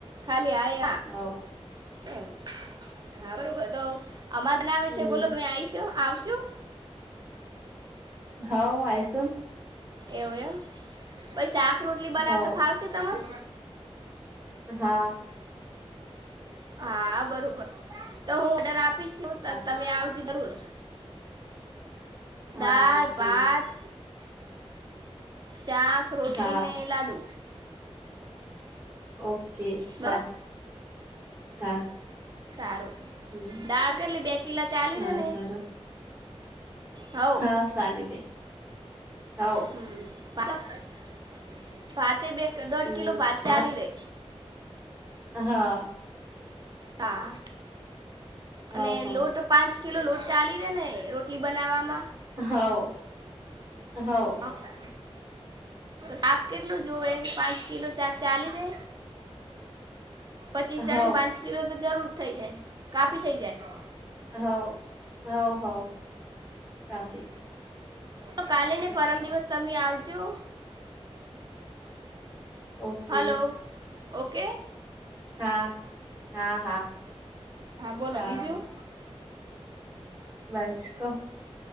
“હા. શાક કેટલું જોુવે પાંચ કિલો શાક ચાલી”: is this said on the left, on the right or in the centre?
Right